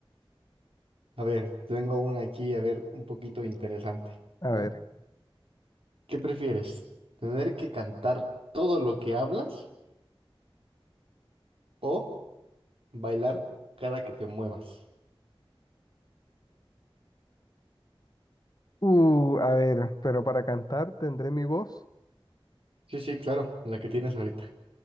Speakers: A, on the right; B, on the left.
A: A ver, tengo una aquí, a ver, un poquito interesante,
B: a
A: ¿no?
B: ver.
A: ¿Qué prefieres? ¿Tener que cantar todo lo que hablas o bailar cada que te muevas?
B: Uh, a ver, pero para cantar tendré mi voz.
A: Sí, sí, claro, la que tienes ahorita.